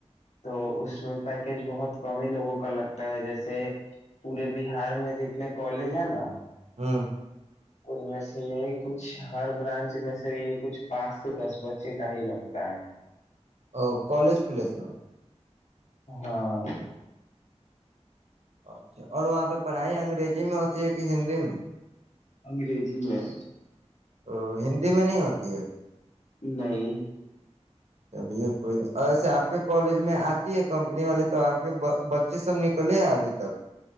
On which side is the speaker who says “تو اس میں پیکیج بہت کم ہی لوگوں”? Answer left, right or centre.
Left